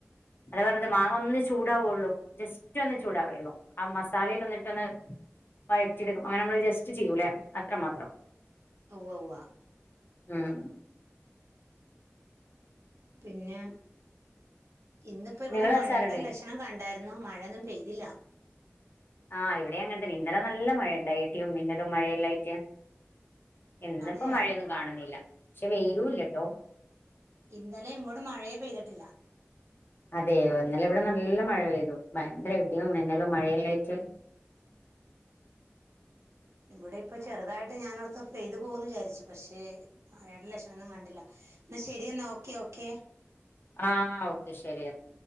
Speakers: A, on the left; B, on the right.
A: അതാ പറഞ്ഞത് മാങ്ങ ഒന്ന് ചൂടാവുള്ളൂ ജസ്റ്റ് റ്റൊന്ന് ചൂടാവേയുള്ളൂ ആ മസാലേലൊന്നിട്ടൊന്ന് വയറ്റ്യെടുക്കും അങ്ങനെ നമ്മള് ജസ്റ്റ് ചെയ്യൂല്ലേ അത്രമാത്രം
B: ഉവ്വ ഉവ്വ
A: ഉം
B: പിന്നെ ഇന്നിപ്പോ ഇവിടെ
A: നിങ്ങള്
B: മഴയുടെ
A: അച്ചാറിടല്
B: ലക്ഷണം കണ്ടായിരുന്നു മഴയൊന്നും പെയ്തില്ല.
A: ആഹ് ഇവിടെയും അങ്ങന തന്നെ ഇന്നലെ നല്ല മഴയുണ്ടായി ഇടിയും മിന്നലും മഴയെല്ലായിട്ട് ഇന്നിപ്പോ
B: അതെയോ
A: മഴയൊന്നും കാണുന്നില്ല പക്ഷെ വെയിലൂല്ലട്ടോ
B: ഇന്നലെ ഇങ്ങോട് മഴയെ പെയ്തിട്ടില്ല
A: അതെയോ ഇന്നലെ ഇവിടെ നല്ല മഴ പെയ്തു ഭയങ്കര ഇടിയും മിന്നലും മഴയെല്ലായിട്ട്
B: ഇവിടെ ഇപ്പൊ ചെറുതായിട്ട് ഞാനോർത്ത് പെയ്തു പോകുന്ന് വിചാരിച്ചു പക്ഷേ മഴേടെ ലക്ഷണൊന്നും കണ്ടില്ല എന്നാ ശരിയെന്നാ ഓക്കെ ഓക്കെ
A: ആഹ് ഓക്കെ ശരിയെന്ന